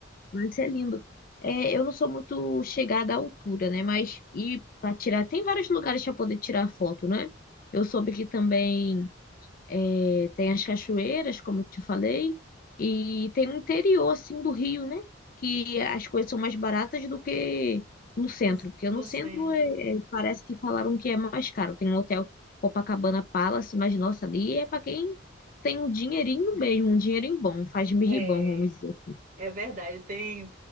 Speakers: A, on the left; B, on the right.
A: Vai ser lindo. É, eu não sou muito chegada à altura, né? Mas e para tirar, tem vários lugares para poder tirar foto, né? Eu soube que também é, tem as cachoeiras, como eu te falei, e tem o interior, assim, do Rio, né? Que as coisas são mais baratas do que no centro,
B: no,
A: porque
B: no
A: no centro
B: centro.
A: é, é- parece que falaram que é mais caro. Tem um hotel Copacabana Palace, mas nossa, ali é para quem tem um dinheirinho mesmo, um dinheirinho bom, faz mirribão,
B: É.
A: vamos dizer.
B: É verdade, tem,